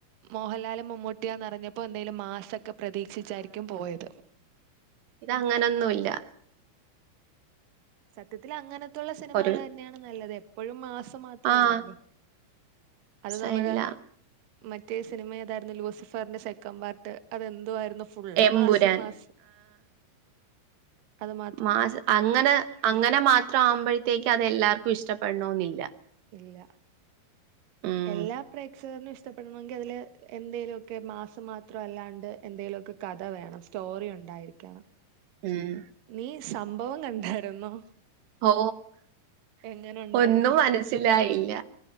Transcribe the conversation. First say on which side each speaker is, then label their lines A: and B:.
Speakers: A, on the right (about 65°); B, on the right (about 80°).
A: മോഹൻലാലും മമ്മൂട്ടിയാന്നറിഞ്ഞപ്പോ എന്തേലും മാസൊക്കെ പ്രതീക്ഷിച്ചായിരിക്കും പോയത്.
B: തങ്ങനൊന്നൂല്ല.
A: സത്യത്തിലങ്ങനത്തുള്ള സിനിമകള്ന്നെയാണ്
B: ഒരു
A: നല്ലത് എപ്പഴും മാസ് മാത്രല്ലല്ലോ.
B: ആഹ്
A: അത്
B: സലാം
A: നമ്മളെ മറ്റേ സിനിമ ഏതായിരുന്നു ലൂസിഫാറിന്റെ സെക്കൻ്റ് പാർട്ട് അതെന്തുവാരുന്നു ഫുള്ള്
B: എമ്പുരാൻ
A: മാസ്സ് മാസ്സ് ം
B: മാസ്സ് അങ്ങനെ അങ്ങനെ മാത്രാവുമ്പഴത്തേക്കത്എല്ലാർക്കും ഇഷ്ടപ്പെടണോന്നില്ല.
A: ഇല്ല
B: ഉം
A: എല്ലാ പ്രേ സേറിന് ഇഷ്ടപ്പെടണോങ്കി അതില് എന്തേലൊക്കെ മാസ്സ് മാത്രം അല്ലാണ്ട് എന്തേലൊക്കെ കഥ വേണം സ്റ്റോറി ഉണ്ടായിരിക്കണം.
B: ം
A: നീ സംഭവം കണ്ടായിരുന്നോ?
B: ഓ
A: എങ്ങനെ ഉണ്ടായിരുന്നു
B: ഒന്നും മനസ്സിലായില്ല